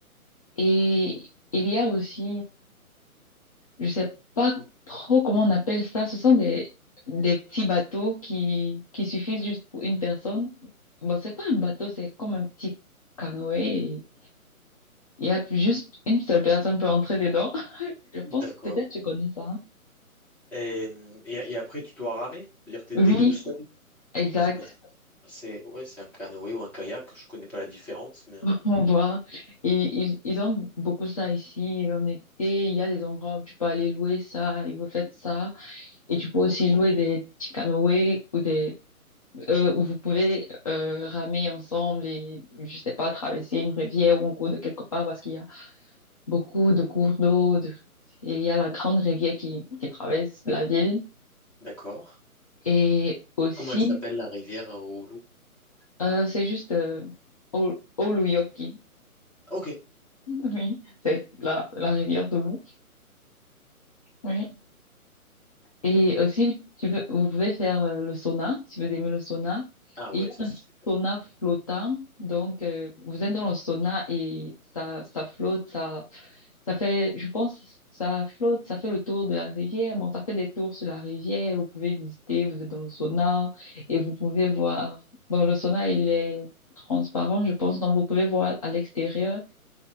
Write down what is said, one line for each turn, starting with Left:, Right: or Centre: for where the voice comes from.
Left: Et il y a aussi je sais pas trop comment on appelle ça. Ce sont des, des petits bateaux qui, qui suffisent juste pour une personne. Bon, c'est pas un bateau, c'est comme un petit canoë. et Il y a juste une seule personne peut entrer dedans. <laughs> Je pense,
Centre: D'accord.
Left: peut-être tu connais ça. hein.
Centre: Et, et- et après, tu dois ramer? C'est-à-dire que
Left: Oui,
Centre: tu es, tout seul?
Left: exact.
Centre: Bah, c'est, bah, c'est- ouais, c'est un canoë ou un kayak. Je connais pas la différence, mais... euh,
Left: <laughs> On voit. Et ils, ils ont beaucoup ça ici. En été, il y a des endroits où tu peux aller louer ça et vous faites ça. Et tu peux aussi
Centre: Ok,
Left: louer des petits canoës ou des euh, où vous pouvez euh, ramer ensemble et, je sais pas, traverser une rivière ou un cours de quelque part parce qu'il y a beaucoup de cours d'eau. de- Et il y a la grande rivière qui, qui traverse la ville.
Centre: d'accord.
Left: Et aussi,
Centre: Comment elle s'appelle, la rivière euh, au loup?
Left: euh, c'est juste euh, Ol- Oluyoki. <laughs>
Centre: Ok.
Left: Oui, c'est la, la rivière de l'eau. Oui. Et aussi, tu peux, vous pouvez faire euh, le sauna, si vous aimez le sauna.
Centre: Ah
Left: Et
Centre: ouais,
Left: il y
Centre: ça
Left: a
Centre: c'est
Left: un
Centre: super.
Left: sauna flottant. Donc, euh, vous êtes dans le sauna et ça, ça flotte, ça, Ça fait, je pense, ça flotte, ça fait le tour de la rivière. Bon, ça fait des tours sur la rivière. Vous pouvez visiter, vous êtes dans le sauna et vous pouvez voir. Bon, le sauna, il est transparent, je pense, donc vous pouvez voir à l'extérieur.